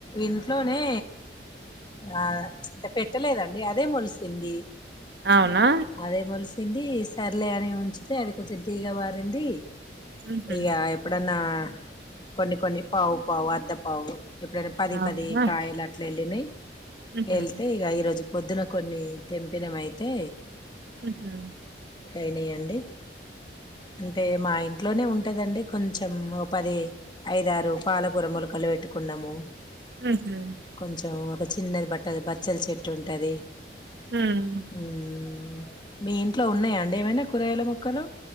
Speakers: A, on the left; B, on the right.
A: ఇంట్లోనే ఆ పెట్టలేదండి అదే మొల్ స్ సింది
B: అవునా
A: అదే మొలస్ సింది సర్లే అని ఉంచితే అది కొంచెం తీగ వారింది
B: ఉహు
A: ఇగ ఎప్పుడన్నా కొన్ని కొన్ని పావు పావు అర్ధ పావు ఎప్పుడైనా పది
B: అవునా
A: పది కాయలు అట్లా వెళ్ళినాయి
B: ఉహు
A: వెళ్తే ఇగ ఈరోజు పొద్దున కొన్ని తెంపినం అయితే
B: అ హా
A: ఐనాయి అండి అంటే మా ఇంట్లోనే ఉన్ ఉంటదండి కొంచెం ఓ పది ఐదు, ఆరు పాలకూర మొలకలు పెట్టుకున్నాము.
B: ఉహు
A: కొంచెం ఒక చిన్నది బట్టల్ బచ్చలి చెట్టు ఉంటది
B: ఉమ్
A: ఉమ్ మీ ఇంట్లో ఉన్నాయండి ఏమైనా కూరగాయల మొక్కలు